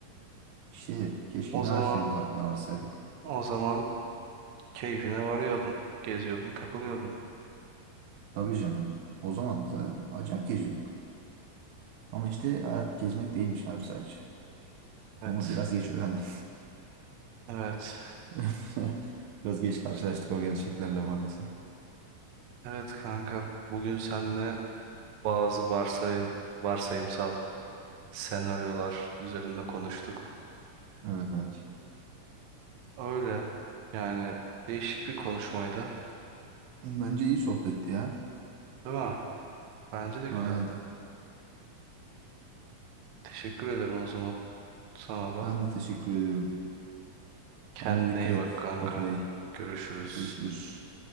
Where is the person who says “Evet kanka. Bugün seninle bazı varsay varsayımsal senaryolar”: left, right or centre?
Right